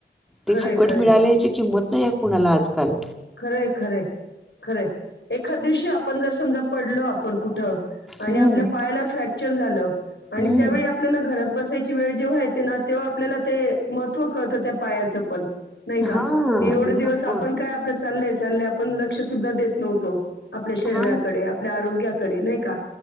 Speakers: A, on the left (about 80°); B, in the centre.
A: खरं
B: ते फुकट
A: आहे, खरं
B: मिळाले
A: आहे.
B: याची किंमत नाही या कुणाला आजकाल
A: खरे खरे खरं एखाद दिवशी आपण जर समजा पडलो आपण कुठं आणि
B: हम्म
A: आपल्या पाया फ्रॅक्चर झा आणि
B: हम्म
A: त्याळी आपल्याला घरात बस त्याची वेळ जेव्हा येते ना तेव्हा आपल्याला ते महत्त्व कळतं त्या पायाचं पण नाही का
B: हा
A: कि एवढे दिवस
B: भरपूर
A: आपण का आपल चालय चालय आपण लक्ष सुद्धा देत नव्हतो आपल्या शरीराकडे
B: हा
A: आपल्या आरोग्या कडे नाही का